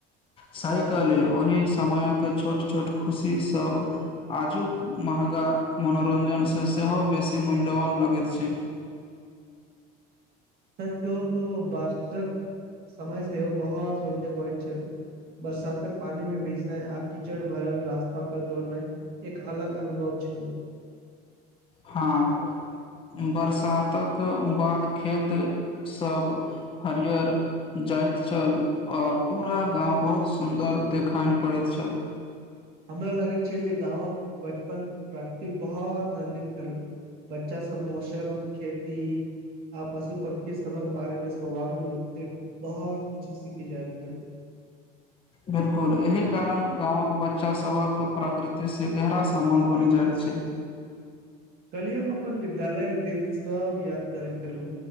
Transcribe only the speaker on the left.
सहिकालाले ओहि समयक छोट छोट खुशी सभ आजुक महंगा मनोरञ्जन सँ सेहो बेसी मूल्यवान लगैत छै।
हँ, बरसातक बाद खेतसभ हरिियर जाइत छल आ पूरा गाँव बहुत सुन्दर देखय लेल पड़ैत छल।
बिल्कुल, एहि कारण गामवक बच्चासभक प्रकृतिसँ गहरा सम्बन्ध बनि जाइत छै।